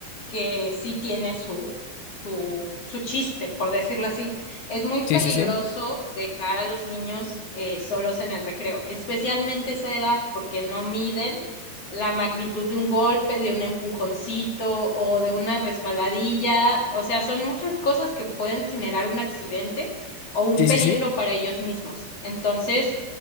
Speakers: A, on the left; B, on the left.
A: que sí tiene su, su, su chiste, por decirlo así. Es muy peligroso
B: Sí, sí, sí.
A: dejar a los niños eh, solos en el recreo, especialmente esa edad, porque no miden la magnitud de un golpe, de un empujoncito o de una resbaladilla. O sea, son muchas cosas que pueden generar un accidente o un
B: Sí,
A: peligro
B: sí, sí.
A: para ellos mismos. Entonces,